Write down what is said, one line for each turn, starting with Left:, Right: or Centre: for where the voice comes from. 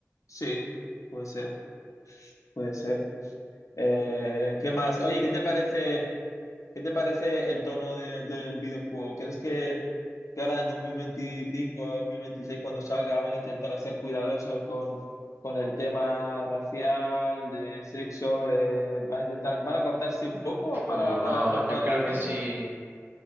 Left: sí, puede ser. Puede ser. Eh, ¿qué más? Oye, ¿qué te parece, qué te parece el tono de- del videojuego? ¿Crees que, que ahora en dos mil veinticinco, dos mil veintiséis, cuando salga, van a intentar ser cuidadosos con, con el tema racial, de sexo? de- ¿van a intentar, van a cortarse un poco
Right: Uf,
Left: para,
Right: no,
Left: para que no enfadara
Right: yo creo
Left: a la gente?
Right: que sí.